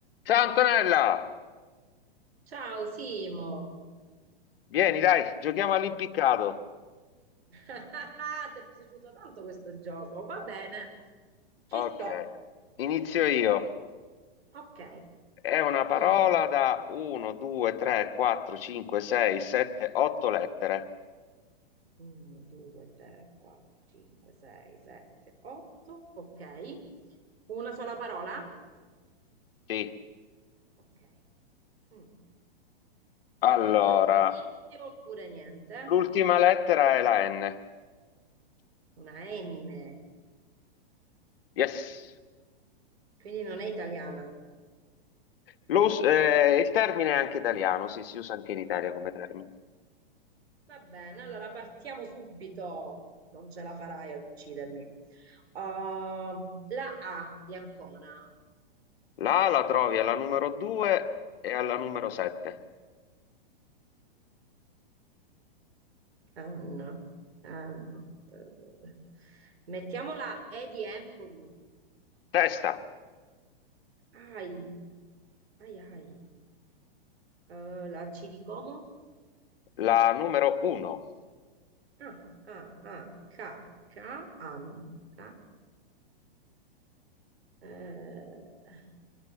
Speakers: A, on the left; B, on the right.
A: Ciao Antonella,
B: Ciao Simo,
A: vieni dai, giochiamo all'impiccato.
B: <laughs> ti è piaciuto tanto questo gioco? Va bene, ci
A: Ok,
B: sto.
A: inizio io.
B: Ok.
A: È una parola
B: Mm.
A: da 1, 2, 3, 4, 5, 6, 7, 8 lettere.
B: 1, 2, 3, 4, 5, 6, 7, 8. Ok. Una sola parola?
A: Sì.
B: Ok. Mm.
A: Allora,
B: Mi dai qualche indizio oppure niente?
A: l'ultima lettera è la N.
B: Una N,
A: Yes.
B: quindi non è italiana.
A: Lo us- eh, il termine è anche italiano, sì, si usa anche in Italia
B: Ok.
A: come termine.
B: Va bene, allora partiamo subito. Non ce la farai ad uccidermi. Uh, la A di Ancona.
A: La A la trovi alla numero 2 e alla numero 7.
B: Anna, Anna. eh, Mettiamo la E di Empoli.
A: Testa,
B: Ai, ai, ai. Eh, la C di Como.
A: la numero 1.
B: Ah, ah, ah. K, K, Anna. K, Anna.